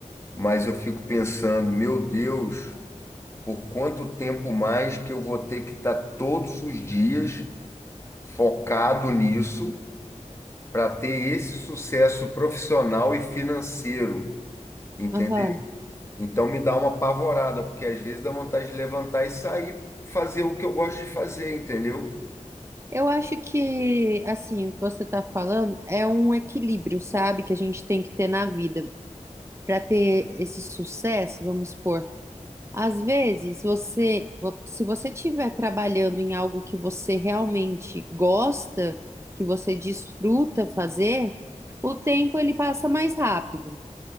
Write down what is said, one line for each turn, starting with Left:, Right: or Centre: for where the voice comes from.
Left: Mas eu fico pensando, meu Deus, por quanto tempo mais que eu vou ter que estar todos os dias focado nisso para ter esse sucesso profissional e financeiro, entendeu?
Right: Aham.
Left: Então me dá uma apavorada, porque às vezes dá vontade de levantar e sair fazer o que eu gosto de fazer, entendeu?
Right: Eu acho que, assim, o que você está falando é um equilíbrio, sabe, que a gente tem que ter na vida para ter esse sucesso, vamos supor. Às vezes, você, vo- se você estiver trabalhando em algo que você realmente gosta, que você desfruta fazer, o tempo ele passa mais rápido.